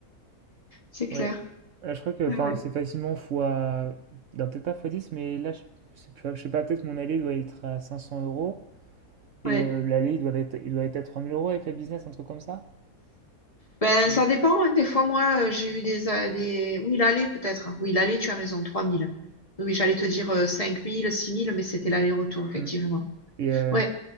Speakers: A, on the left; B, on the right.
A: c'est clair.
B: Ouais. Euh, je crois que
A: Ouais,
B: enfin,
A: ouais.
B: c'est facilement fois. Non, peut-être pas fois 10 mais là, je je sais plus, je sais pas, peut-être mon aller doit être à 500 euros.
A: Ouais.
B: Et euh, l'aller, il doit être, il doit être à 3000 euros avec la business, un truc comme ça.
A: Ben,
B: Ouais.
A: ça dépend, hein. Des fois, moi, euh, j'ai eu des, euh, des... Oui, l'aller, peut-être. Oui, l'aller, tu as raison, trois mille Oui, oui, j'allais te dire euh, cinq mille, six mille mais c'était l'aller-retour, effectivement.
B: Mm. Et, euh,
A: Ouais,